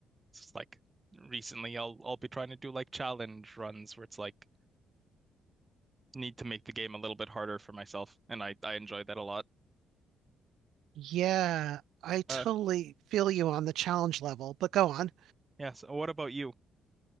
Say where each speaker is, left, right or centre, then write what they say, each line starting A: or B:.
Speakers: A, on the right (about 25°); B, on the right (about 80°).
A: So It's like recently I'll I'll be trying to do like challenge runs where it's like need to make the game a little bit harder for myself, and I I enjoy that a lot.
B: Yeah, I totally
A: Uh,
B: feel you on the challenge level, but go on.
A: yeah. So what about you?